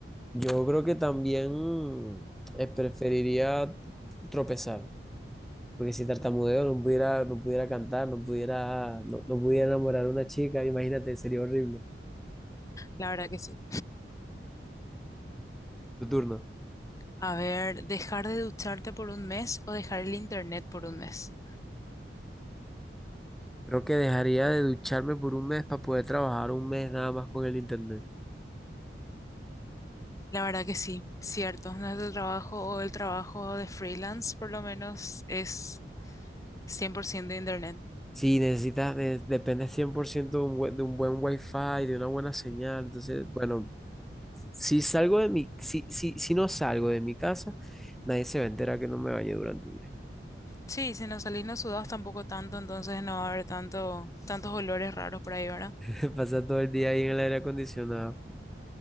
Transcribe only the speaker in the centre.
Yo creo que también eh, preferiría tropezar, porque si tartamudeo no pudiera, no pudiera cantar, no pudiera, no, no pudiera enamorar a una chica, imagínate, sería horrible.
Tu turno.
Creo que dejaría de ducharme por un mes para poder trabajar un mes nada más con el internet.
sí necesitas, de- depende cien por ciento de un, buen- de un buen wifi, de una buena señal, entonces, bueno, si salgo de mi, si, si, si no salgo de mi casa, nadie se va a enterar que no me bañé durante un
<laughs> Se pasa todo el día ahí en el aire acondicionado.